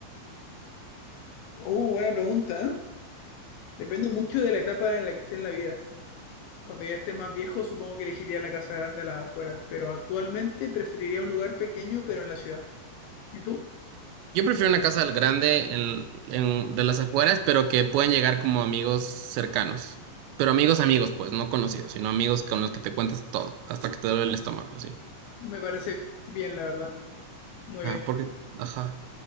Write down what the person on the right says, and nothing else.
Yo prefiero una casa grande en, en- de las afueras, pero que puedan llegar como amigos cercanos. Pero amigos, amigos, pues, no conocidos, sino amigos con los que te cuentas todo, hasta que te duele el estómago, así.
Ah,
porque, ajá,